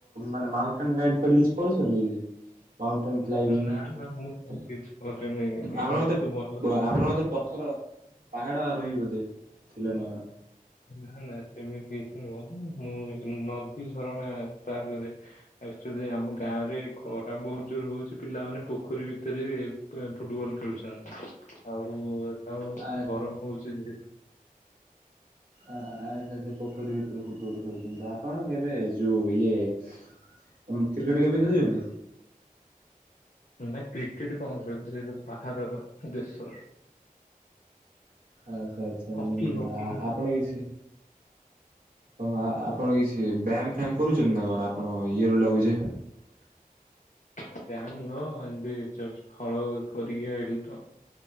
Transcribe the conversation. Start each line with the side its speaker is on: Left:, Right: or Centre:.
Right: ମାନେ ମାଉଣ୍ଟେନ ରାଇଡ ଫାଇଡ କିଛି କରୁଛନ୍ତି କି। ମାଉଣ୍ଟେନ୍ କ୍ଲାଇବିଙ୍ଗ
Left: ନା ନା ମୁଁ ସେମିତି
Right: ତ।
Left: କିଛି କରେନି ଏ
Right: ଆପଣ
Left: ମୁଁ
Right: ବୋଧେ
Left: ତ ଭଲ
Right: ଆପଣ ବୋଧେ ପଥର ପାହାଡ ରହିବ ବୋଧେ। ଥିଲେ ନା କଣ।
Left: ନା ନା ସେମିତି କିଛି ନୁହଁ ମୁଁ ନଦୀ ଝରଣା ପାର୍ କରେ। ଆମ ଗାଁ ରେ ଖରା ବହୁତ ଜୋର ହଉଛି ପିଲାମାନେ ପୋଖରୀ ଭିତରେ। ଫୁଟବଲ୍ ଖେଳୁଛନ୍ତି ଆଉ ଏଟା
Right: ଆ
Left: ଗରମ ହଉଛି ଯେହେତୁ।
Right: ଆ ଆଚ୍ଛା ସେ ପୋଖରୀ ଭିତର ଫୁଟବଲ୍ ଖେଳୁଛନ୍ତି ଆପଣ କେବେ ଯୋଉ ଇଏ। କ୍ରିକେଟ କେବେ ଖେଳୁଛନ୍ତି।
Left: ନା କ୍ରିକେଟ କଣ ସେଇଟା ତ ବାହାର ଦେଶର।
Right: ଆଛା ଆଚ୍ଛା
Left: ହକି ହକି
Right: ଆପଣ କିଛି। ଓ ଆପଣ କିଛି ବ୍ୟାୟାମ ଫ୍ୟାମ କରୁଛନ୍ତି ନା କଣ ଆପଣ ଇଏ ରୁ ଲାଗୁଛି। <unintelligible>
Left: ନା ବ୍ୟାୟାମ ନୁହେଁ ଏମତି ଜଷ୍ଟ ହଳ କରିକି ଆଇିଲ ତ